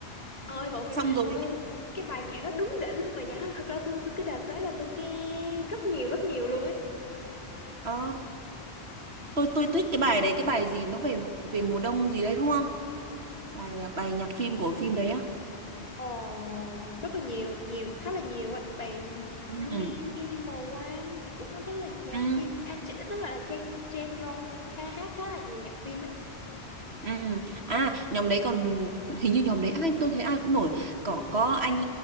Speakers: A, on the left; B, on the right.
A: Ôi bộ phim,
B: xong rồi
A: ôi cái bài nhạc đó đúng đỉnh luôn, bài nhạc đó thật ra tôi tôi- cái đợt đó là tôi nghe rất nhiều rất nhiều luôn ấy.
B: ờ tôi tôi thích cái bài đấy cái bài gì nó về về mùa đông gì đấy đúng không bài à, bài nhạc phim của phim đấy á
A: Ờ, rất là nhiều nhiều khá là nhiều ấy bài
B: ừ
A: Mi, Minimal Wham thì cũng có rất là nhạc
B: ừ
A: phim à, ch- lúc lại là Chen Chen Yong khá hát khá là nhiều nhạc phim ấy
B: ừ
A: ừ.
B: à nhóm đấy còn hình như nhóm đấy ai tôi thấy ai cũng nổi có có anh